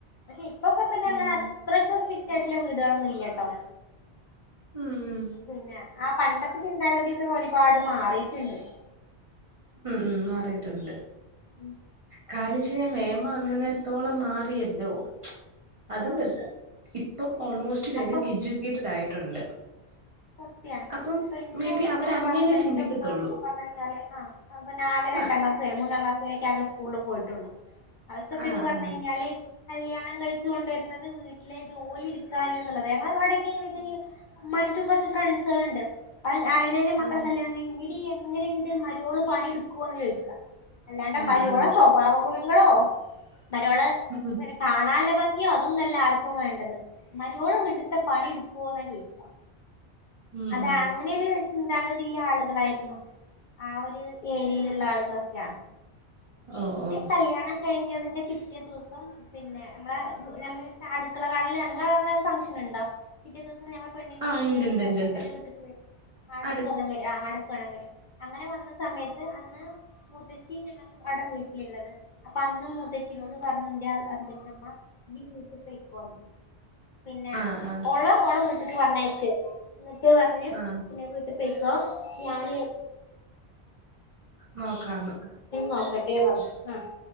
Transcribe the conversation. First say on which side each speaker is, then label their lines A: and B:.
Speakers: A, on the left; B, on the right.
A: പക്ഷെ ഇപ്പൊക്കെ പിന്നെ
B: ഉം.
A: അങ്ങനെ അത്രക്കെ സ്ട്രിക്ട് ആയിട്ടുള്ള വീടുകളൊന്നും ഇല്ലട്ടോ.
B: ഉം ഉം
A: പിന്നെ ആ പണ്ടത്തെ ചിന്താഗതിയൊക്കെ ഒരുപാട് മാറിയിട്ടുണ്ട്.
B: ഉം ഉം മാറിയിട്ടുണ്ട്
A: ഉം
B: കാര്യം ച്ച് നിയമം അങ്ങനെ ത്തോളം മാറിയല്ലോ അതുമല്ല
A: ആഹ്
B: ഇപ്പം ഓൾമോസ്റ്റ് ച്ച്പേരും
A: അപ്പൊ
B: എഡ്യൂക്കേറ്റഡ് ആയിട്ടുണ്ട്.
A: സത്യാണ്
B: അപ്പം
A: ഇപ്പൊ എന്റെ
B: മേ
A: ഉമ്മ
B: ബി അവരങ്ങനെ
A: ഹസ്ബൻഡിന്റെ
B: ചിന്തിക്കത്തൊള്ളൂ.
A: ഉമ്മഎന്നൊക്കെ പറഞ്ഞു കഴിഞ്ഞാല് ആ അപ്പൊ ആക രണ്ടാം
B: ആഹ്
A: ക്ലാസ് വരെ മൂന്നാം ക്ലാസ് വരെ ആകെ സ്കൂളിൽ പോയിട്ടുള്ളൂ. അവക്കൊക്കെ
B: ആഹ്
A: എന്ന് പറഞ്ഞു കഴിഞ്ഞാല് കല്യാണം കഴിച്ചു കൊണ്ടുവരുന്നത് വീട്ടിലെ ജോലി എടുക്കാനും എന്നുള്ളത് കാരണം അവിടൊക്കെഎങ്ങനെവെച്ച ഉമ്മാനിക്കും കുറച്ച് ഫ്രണ്ട്സുകളുണ്ട്. ആരുടേലും മക്കളെ
B: ആഹ്.
A: കല്യാണം കഴിഞ്ഞ് എങ്ങനെ ഉണ്ട് മരുമോള്പണി എടുക്കന്ന് ചോദിക്ക. അല്ലാണ്ട്
B: ആഹ്
A: മരുമോളുടെ
B: ആഹ് ആഹ്.
A: സ്വഭാവ ഗുണ ങ്ങളോ മരുമോള്
B: ഉം ഉം
A: പിന്നെ കാണല്ല ഭംഗിയോ അതൊന്നല്ല ആർക്കും വേണ്ടത് മരുമോള് വീട്ടിലത്തെ പണി എടുക്കുവോന്നാ ചോയിക്കാ
B: ഉം
A: അതാ
B: ഉം.
A: അങ്ങനെരു ചിന്താഗതില്ല ആളുകളായിരുന്നു ആഹ് ഒരു ഏരിയായിലുള്ള ആളുകളൊ -- ല്ല
B: ഓഹ്
A: എന്റെ
B: ഓഹ്.
A: കല്യാണം കഴിഞ്ഞതിന്റെ പിറ്റേ ദിവസം പിന്നെ നമ്മടെ അടുക്കളകാണല് അങ്ങനെ ഫംഗ്ഷൻ ഉണ്ടോ? പിറ്റേ ദിവസം ഞങ്ങള് പെണ്ണിന്റെ
B: ആഹ്
A: വീട്ടുകാരൊക്കെ
B: ഇണ്ട്ണ്ട്ണ്ട്ണ്ട്.
A: ചെക്കന്റെ വീട്ടിലേക്ക് വരും. അടുപ്പ്
B: അടുക്ക്
A: അങ്ങനെ അടുപ്പു കാണാൻ വരും. അങ്ങനെ വന്ന സമയത്ത് അന്ന് മുത്തേച്ചിയു ഞാനു അവിടെ വീ ള്ളത് അപ്പൊ അന്ന് മൂത്തച്ചിനോട് പറഞ്ഞുന്റെ ഹസ്ബൻഡന്റെ ഉമ്മ ഈ വീട്ട് യ്ക്കോ പിന്നെ
B: ആഹ് ആഹ്
A: ഓളെ ഓളുടെ വീട്ടിക്ക് പറഞ്ഞയച്ച് എന്നിട്ട് പറഞ്ഞു
B: ആഹ്
A: പിന്നെ വീട്ട്ക്ക് പോയിക്കോ ഞാന്
B: നോക്കാന്ന്.
A: നോക്കട്ടെ പറഞ്ഞു ആഹ്